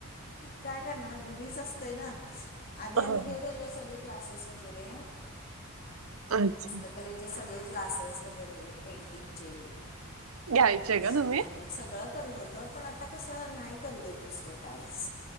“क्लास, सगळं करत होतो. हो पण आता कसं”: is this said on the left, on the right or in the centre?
Left